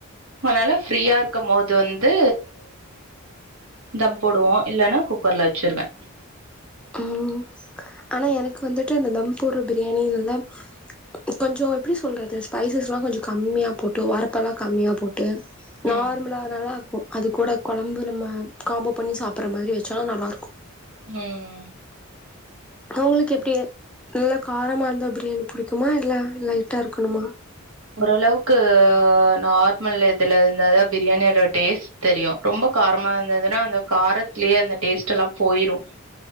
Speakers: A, on the right; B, in the centre.
A: அதனால ஃப்ரீயா இருக்கும் போது வந்து தம் போடுவோ இல்லன்னா குக்கர்ல வெச்சுருவ
B: ம் ஆனா எனக்கு வந்துட்டு இந்த தம் போர்ற பிரியாணி எல்லாம் கொஞ்சோ எப்டி சொல்றது ஸ்பைசஸ்லா கொஞ்சோ கம்மியா போட்டு ஒரப்பெல்லா கம்மியா போ ட்டு
A: ம்.
B: நார்மலா நல்லா இருக் ஓ அது கூட கொழம்பு நம்ம காம்போ பண்ணி சாப்புற மாதிரி வெச்சாலு நல்லா இருக்கு
A: ம்
B: உங்களுக்கு எப்டி நல்லா காரமா இருந்தா பிரியாணி புடிக்குமா இல்ல லைட்டா இருக்கணுமா
A: ஓரளவுக்கு நார்மல் இதுல இருந்தாதா பிரியாணியோட டேஸ்ட் தெரியு ரொம்போ காரமா இருந்துதுன்னா அந்த காரத்திலயே அந்த டேஸ்ட்டெல்லா போயிரு